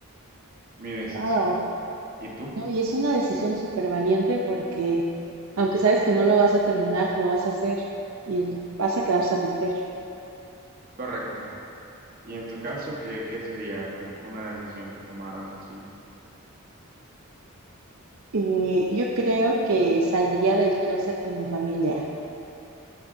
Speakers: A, on the right; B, on the right.
A: mi decisión.
B: Wow,
A: ¿Y tú?
B: ¿no? Y es una decisión súper valiente porque
A: Ajá.
B: aunque sabes que no lo vas a terminar, lo vas a hacer y vas a quedar satisfecho.
A: Correcto. ¿Y en tu caso, qué, qué sería la, una decisión que tomaras así?
B: Eh, yo creo que saldría del closet con mi familia.